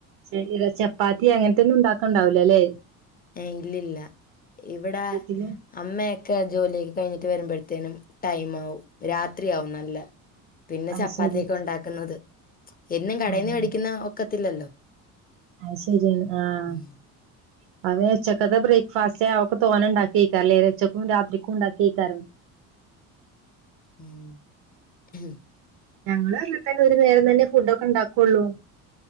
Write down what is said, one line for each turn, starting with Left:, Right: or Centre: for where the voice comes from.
Right: ശെരിടാ ചപ്പാത്തി അങ്ങൻത്തൊന്നും ണ്ടാക്കണ്ടാവുലല്ലേ.
Left: ഏയ് ഇല്ലില്ല. ഇവിടെ
Right: വീട്ടില്
Left: അമ്മയെക്കെ ജോലിയൊക്കെ കഴിഞ്ഞിട്ട് വരുമ്പെഴത്തേനും ടൈമാവും. രാത് ത്രിയാവും നല്ല പിന്നെ
Right: അത്
Left: ചപ്പാത്തിയൊക്കെ
Right: ശരി
Left: ഒണ്ടാക്ക്ന്നത് എന്നും കടേന്ന്
Right: ആഹ്
Left: വേടിക്കുന്ന ഒക്കത്തില്ലല്ലോ
Right: അയ് ശെര്യാണ്. ആഹ്
Left: ഉം.
Right: <unintelligible> ഉച്ചക്കത്തെ ബ്രേക്ക്ഫാസ്റ്റ് അ ഒക്കെ തോനെണ്ടാ ക്കേക്കാരം ലേ ഉച്ചക്കും രാത്രിക്കും ണ്ടാക്കേക്കാരം.
Left: ഉം, ഉം
Right: ഞങ്ങളും അനത്തന്നെ ഒരു നേരം തന്നെ ഫുഡോക്കെണ്ടാക്കൊള്ളൂ.